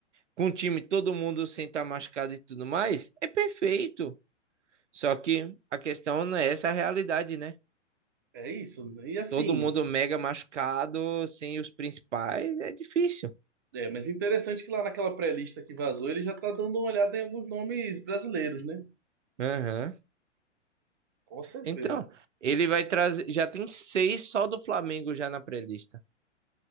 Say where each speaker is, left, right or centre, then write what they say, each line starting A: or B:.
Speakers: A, on the right (about 70°); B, on the right (about 20°).
A: com o time todo mundo sem estar machucado e tudo mais, é perfeito. Só que a questão não é essa a realidade, né?
B: é isso. E assim.
A: todo mundo mega machucado, sem os principais, é difícil.
B: É, mas interessante que lá naquela pré-lista que vazou, ele já tá dando uma olhada em alguns nomes brasileiros, né?
A: Aham.
B: Com certeza.
A: Então, ele vai trazer. Já tem seis só do Flamengo já na pré-lista.